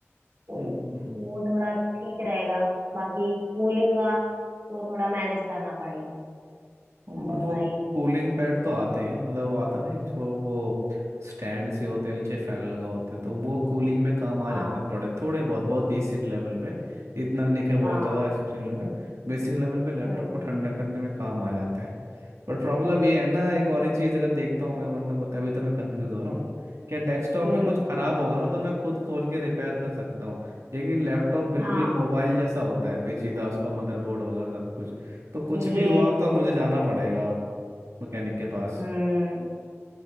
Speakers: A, on the right; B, on the right.
A: तो
B: हम्म
A: वो थोड़ा ठीक रहेगा बाकी कूलिंग का तो थोड़ा मैनेज करना पड़ेगा
B: बट
A: अदरवाइज
B: वो कूलिंग पैड तो आते हैं मतलब वो आता है ना एक जो वो स्टैंड से होते हैं नीचे फैन लगा होते हैं तो वो कूलिंग में काम आ
A: हाँ
B: जाते हैं थोड़े थोड़े बहुत बहुत बेसिक लेवल पे इतना नहीं क्या बहुत
A: हाँ
B: ज़्यादा एक्सेप्शनल लग रहा है बेसिक लेवल पे लैपटॉप
A: हम्म
B: को ठंडा करने में काम आ जाते हैं बट प्रॉब्लम ये है ना एक और ही चीज़ अगर देखता हूँ मैं मतलब तभी तो मैं कंफ्यूज हो रहा हूँ क्या डेस्कटॉप
A: हम्म
B: में कुछ खराब होगा ना तो मैं खुद खोल के रिपेयर कर सकता हूँ लेकिन लैपटॉप बिल्कुल
A: हाँ
B: मोबाइल जैसा होता है पेचीदा उसका मदरबोर्ड वगैरह सब कुछ तो कुछ
A: ये
B: भी हुआ तो
A: तो
B: मुझे जाना
A: है
B: पड़ेगा मैकेनिक के पास
A: हम्म